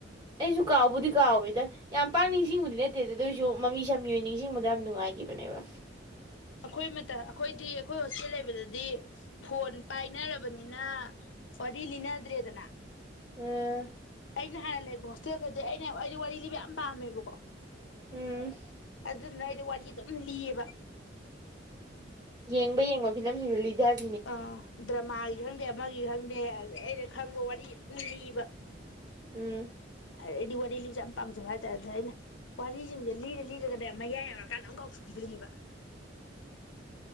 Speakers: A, on the right; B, on the left.
A: ꯑꯩꯁꯨ ꯀꯥꯎꯕꯨꯗꯤ ꯀꯥꯎꯋꯤꯗ ꯌꯥꯝ ꯄꯥꯛ ꯅꯤꯡꯁꯤꯡꯕꯗꯤ ꯅꯠꯇꯦꯗ ꯑꯗꯨꯑꯣꯏꯁꯨ ꯃꯃꯤ ꯁꯥꯝꯃꯤ ꯑꯣꯏꯅ ꯅꯤꯡꯁꯤꯡꯕꯗ ꯌꯥꯝ ꯅꯨꯡꯉꯥꯏꯒꯤꯕꯅꯦꯕ
B: ꯑꯩꯈꯣꯏ ꯃꯇ ꯑꯩꯈꯣꯏꯗꯤ ꯑꯩꯈꯣꯏ ꯍꯣꯁꯇꯦꯜ ꯂꯩꯕꯗꯗꯤ ꯐꯣꯟ ꯄꯥꯏꯅꯔꯕꯅꯤꯅ ꯋꯥꯔꯤ ꯂꯤꯅꯗ꯭ꯔꯦꯗꯅ
A: ꯎꯝ
B: ꯑꯩꯅ ꯍꯥꯟꯅ ꯂꯩꯕ ꯍꯣꯁꯇꯦꯜ ꯊꯗꯤ ꯑꯩꯅ ꯑꯩꯗꯤ ꯋꯥꯔꯤ ꯂꯤꯕ ꯌꯥꯝ ꯄꯥꯝꯃꯦꯕꯀꯣ
A: ꯎꯝ
B: ꯑꯗꯨꯅ ꯑꯩ ꯋꯥꯔꯤ ꯑꯗꯨꯝ ꯂꯤꯌꯦꯕ
A: ꯌꯦꯡꯕ ꯌꯦꯡꯕ ꯐꯤꯂꯝꯁꯤꯡꯗꯨ ꯂꯤꯗ <unintelligible>
B: ꯑ ꯗ꯭ꯔꯃꯥ ꯒꯤ ꯈꯪꯗꯦ ꯑꯃꯒꯤ ꯈꯪꯗꯦ ꯑ ꯑꯩꯅ ꯈꯪꯕ ꯋꯥꯔꯤ ꯑꯗꯨꯝ ꯂꯤꯕ
A: ꯎꯝ
B: ꯑꯩꯗꯤ ꯋꯥꯔꯤ ꯂꯤꯕꯁꯦ ꯌꯥꯝ ꯄꯥꯝꯖꯕ ꯍꯥꯏꯇꯥꯔꯦ ꯑꯗ ꯑꯩꯅ ꯋꯥꯔꯤꯖꯤꯡꯖꯦ ꯂꯤꯔ ꯂꯤꯔꯒꯅꯦ ꯃꯌꯥꯏ ꯌꯎꯔꯀꯥꯟꯗ ꯑꯝ ꯀꯥꯎꯊꯣꯛꯈꯤꯗꯣꯏꯅꯦꯕ